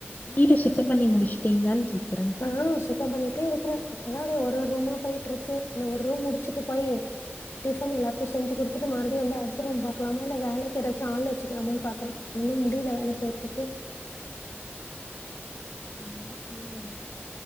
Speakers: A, on the left (about 35°); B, on the left (about 75°).
A: வீடு சுத்தம் பண்ணி முடிஷ்ட்டிளான் கேக்கறே
B: ஆ சுத்தம் பண்ணிட்டே இருக்கிறே இப்பதா அப்டே ஒரு ஒரு ரூமா போய்ட்டுருக்கு இந்த ஒரு ரூம் முடிச்சுட்டு போயி டிஃபன் எல்லாருக்கு செஞ்சு குடுத் துட்டு மறுபடி வந்து அடுத்த ரூம் பாக்கலாமா இல்ல வேலைக்கு எதாச்சு ஆள் வெச்சுக்கலாமானு பாக்குற ஒன்னு முடில வேற செய்றத்துக்கு
A: நீங்ளே செய்ங்க